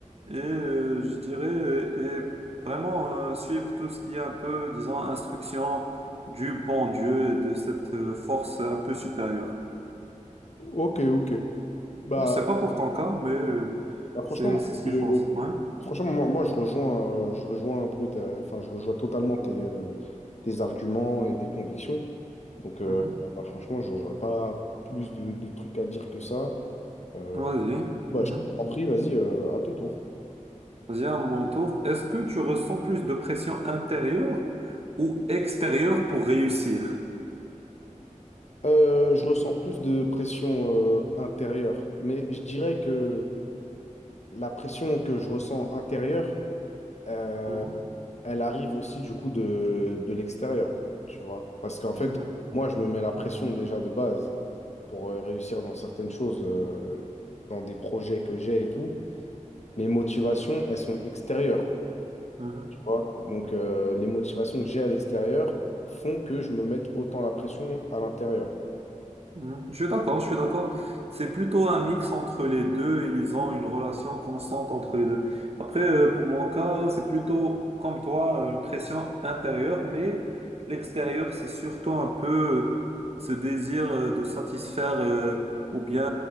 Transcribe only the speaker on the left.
Ok, ok. Bah,
bah, franchement,
moi,
je-
franchement, moi, moi, je rejoins, euh, je rejoins un peu ta- enfin, je rejoins totalement tes, euh, tes arguments et tes convictions. Donc, euh,
bah, franchement, je- j'aurais pas plus de, de trucs à dire que ça. Euh,
bah,
je t'en prie, vas-y, euh, à ton tour.
Euh, je ressens plus de pression euh, intérieure, mais je dirais que la pression que je ressens intérieure, euh,
elle arrive aussi du coup de, de l'extérieur, tu vois. Parce qu'en fait,
moi, je me mets la pression déjà de base pour euh, réussir dans certaines choses, euh, dans des projets que j'ai et tout. Mes motivations, elles sont extérieures.
vois. Donc, euh, les motivations que j'ai à l'extérieur font que je me mette autant la pression à l'intérieur.